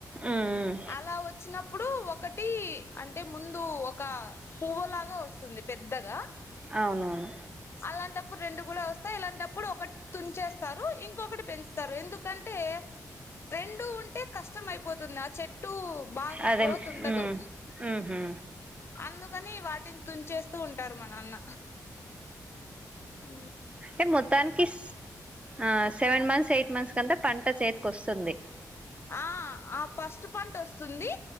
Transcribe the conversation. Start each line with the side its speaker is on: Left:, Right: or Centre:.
Right: ఉమ్
Left: అలా వచ్చినప్పుడు ఒకటి అంటే ముందు ఒక పువ్వులాగా వస్తుంది పెద్దగా
Right: అవునవును
Left: అలాంటప్పుడు రెండు కూడా వస్తాయి ఇలాంటప్పుడు ఒకటి తుంచేస్తారు ఇంకొకటి పెంచుతారు ఎందుకంటే ఏ రెండు ఉంటే కష్టం అయిపోతుంది ఆ చెట్టు బాగా
Right: అదే
Left: గ్రోత్ ఉండదు
Right: ఉమ్ ఉహు
Left: అందుకని వాటిన్ తుంచేస్తూ ఉంటారు మ నాన్న ఊ
Right: టె మొత్తానికిస్ ఆ సెవెన్ మంత్స్ ఎయిట్ మంత్స్ కంతా పంట చేతికి వస్తుంది
Left: ఆ ఆ ఫస్ట్ పంటొస్తుంది